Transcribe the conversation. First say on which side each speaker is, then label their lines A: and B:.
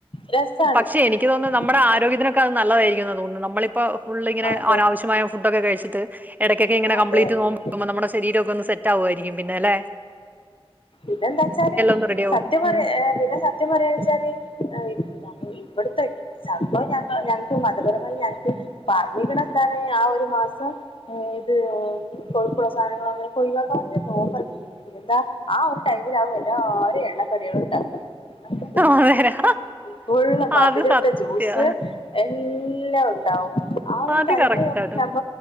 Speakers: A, on the left; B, on the right.
A: രസാണ്
B: പക്ഷെ എനിക്ക് തോന്ന്ന്നു നമ്മടെ
A: നമ്മക്ക്
B: ആരോഗ്യത്തിനൊ ക്കത് നല്ലതായിരിക്കുന്ന തോന്ന് നമ്മളിപ്പൊ ഫുള്ളിങ്ങെനെ
A: അതെ
B: അനാവശ്യമായ ഫുഡ്ഡാെക്കെ കെഴ്ച്ച്ട്ട് എടെക്കെക്കെ ഇങ്ങെനെ
A: അതെ
B: കമ്പ്ലീറ്റ് നോമ്പ്
A: ഉം
B: മ്പം നമ്മ്ടെ ശരീരൊക്കൊ ഒന്ന് സെറ്റാവുവായിരിക്കും പിന്നേ ലേ
A: ഇതെന്താച്ചാല്
B: ഒന്ന് റെഡിയാവും
A: സത്യം പറ
B: ഉം
A: ഏഹ് പിന്നെ സത്യം പറയാണ്ച്ചാല് എ ഇവ്ട്ത്തെയ് സംഭവം ഞങ്ങൾ ഞങ്ങക്ക് മതപരമായി ഞങ്ങക്ക് പർഞ്ഞിക്ണെന്താണ് ആ ഒരു മാസം. <unintelligible> കൊഴ്പ്പ്ള്ള സാനങ്ങൾ, അങ്ങനൊക്കെ ഒഴിവാക്കാന് നോ പിന്നെന്താ ആ ഒരു ടൈമിലാവു എല്ലാരു എണ്ണക്കടിയേള് ഇണ്ടാക്ക. <unintelligible>
B: അതേടാ
A: ഫുള്ള് മധ്‌രട്ട
B: അത് സത്യാ
A: ജ്യൂസ് എ എല്ലോ ഉണ്ടാവും ആ ഒരു
B: അത്
A: ടൈമിൽ
B: കറക്റ്റാട്ടോ
A: ഞമ്മള് ഞമ്മ